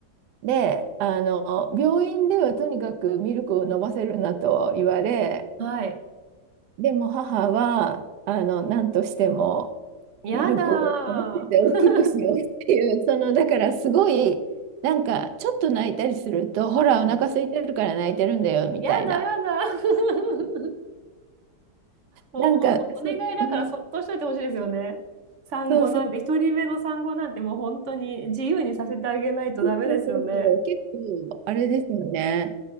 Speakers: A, on the right; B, on the right.
A: で、あの病院ではとにかくミルクを飲ませるなと言われ、
B: はい。
A: でも母はあの何としても
B: やだー。
A: ミルクを飲ませて大きくしようっていう、そのだからすごいなんかちょっと泣いたりすると、ほらお腹空いてるから泣いてるんだよみたいな、
B: <laughs> うん。やだ、やだ。<laughs> もうほんとお願いだからそっとしといてほしいですよね。
A: なんかそ、うん、
B: 産後なんて、
A: そうそう。
B: 一人目の産後なんてもう本当に自由にさせてあげないとダメですよね。
A: そうそうそう、結構、あれですよね。